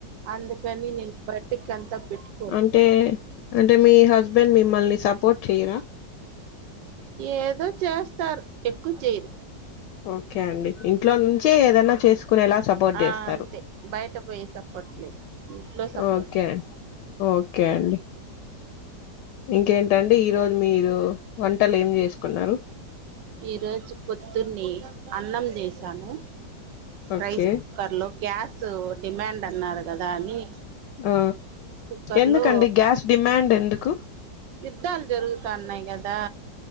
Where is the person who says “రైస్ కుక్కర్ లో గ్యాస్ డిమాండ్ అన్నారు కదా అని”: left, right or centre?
Right